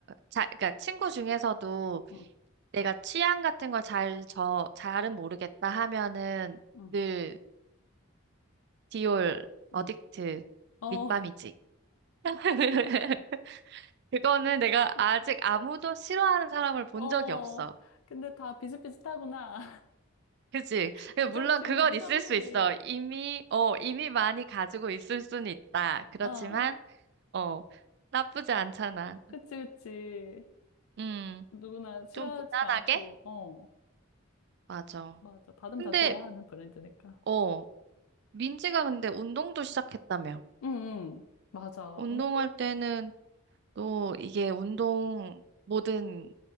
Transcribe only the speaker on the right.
자, 그러니까 친구 중에서도
내가 취향 같은 걸 잘, 저, 잘은 모르겠다 하면은
늘 디올 어딕트
립밤이지. <laughs> 그거는 내가
아직 아무도 싫어하는 사람을 본
적이 없어.
그치?
물론 그건 있을
수 있어. 이미, 어, 이미 많이 가지고 있을 수는 있다. 그렇지만,
어, 나쁘지 않잖아.
음,
좀 무난하게?
맞아.
근데,
어, 민지가 근데 운동도 시작했다며.
운동할
때는 또 이게 운동, 모든